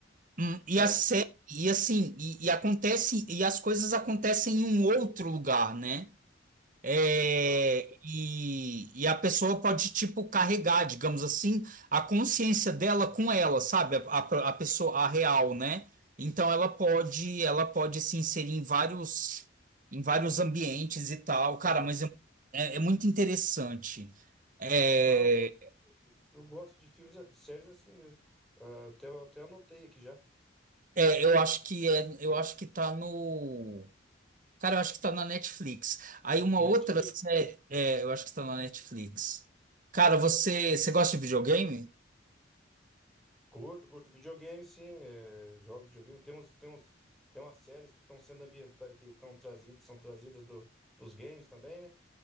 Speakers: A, on the right; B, in the centre.
A: hum, e
B: Né?
A: a série, e assim, e, e acontece, e as coisas acontecem em um outro lugar, né? É,
B: Ah,
A: e, e a pessoa pode, tipo, carregar, digamos assim, a consciência dela com ela, sabe? A, a- a pessoa, a real, né? Então ela pode, ela pode se inserir em vários, em vários ambientes e tal. Cara,
B: ah,
A: mas é, é- é muito interessante. É,
B: não, eu gosto de filmes, de séries assim mesmo. Ah, até, até anotei aqui já.
A: é, eu acho que é, eu acho que tá no. Cara, eu acho que tá na Netflix. Aí uma
B: A
A: outra
B: Netflix.
A: série, é, eu acho que tá na Netflix. Cara, você, você gosta de videogame?
B: Curto, curto videogame, sim. é, jogo videogame. Tem uns, tem uns, tem umas séries que estão sendo ambientadas, que estão trazidas, são trazidas do, dos games também, né?